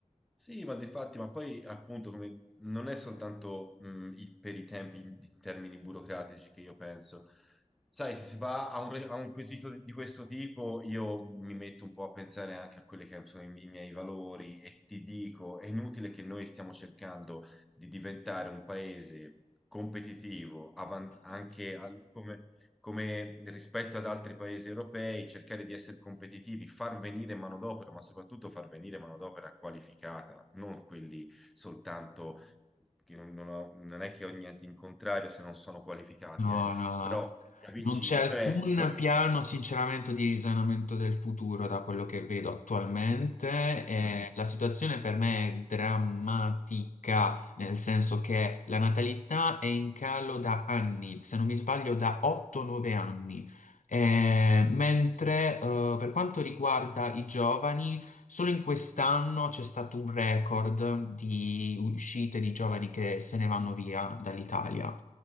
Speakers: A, in the centre; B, on the left.
A: Sì, ma difatti, ma poi appunto come- non è soltanto mh, i- per i tempi in in termini burocratici che io penso. Sai, se si va a un, re- a un quesito di, di questo tipo, io mi metto un po' a pensare anche a quelli che sono i, mi- i miei valori e ti dico, è inutile che noi stiamo cercando di diventare un paese competitivo, avan- anche al- come come rispetto ad altri paesi europei, cercare di essere competitivi, far venire manodopera, ma soprattutto far venire manodopera qualificata, non quelli soltanto che non, non ho- non è che ho niente in contrario se non sono qualificati,
B: No,
A: eh,
B: no,
A: però capisci,
B: non c'è alcun
A: cioè noi...
B: piano, sinceramente, di risanamento del futuro da quello che vedo attualmente. E
A: Mm.
B: la situazione per me è drammatica, nel senso che la natalità è in calo da anni, se non mi sbaglio da 8-9 anni. Eh, mentre eh, per quanto riguarda i giovani, Solo in quest'anno c'è stato un record di uscite di giovani che se ne vanno via dall'Italia.